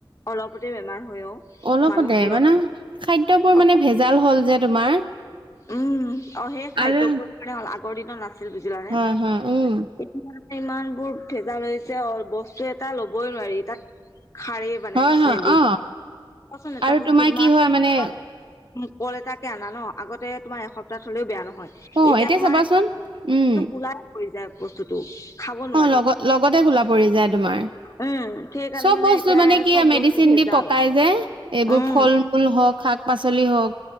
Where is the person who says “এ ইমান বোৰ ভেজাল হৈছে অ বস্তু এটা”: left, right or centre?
Left